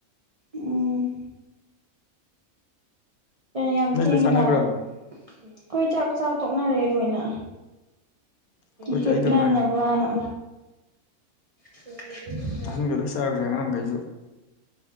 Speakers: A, on the right; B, on the left.
A: ꯎꯝ ꯌꯥꯝ
B: ꯅꯣꯏ
A: ꯊꯦꯡꯉꯤꯅ
B: ꯂꯣꯏ ꯆꯥꯅꯈ꯭ꯔꯕꯣ
A: ꯑꯩꯈꯣꯏ ꯆꯥꯛ ꯆꯥ ꯇꯣꯛꯅꯔꯦ ꯂꯣꯏꯅ
B: ꯑꯩꯈꯣꯏꯗꯤ
A: ꯍꯤꯞꯅꯅꯕꯅ
B: ꯑꯩꯗ ꯉꯥꯏꯔꯦ
A: <unintelligible>
B: ꯑꯍꯟꯒ ꯂꯣꯏ ꯆꯥꯈ꯭ꯔꯦ ꯑꯉꯥꯡꯈꯩ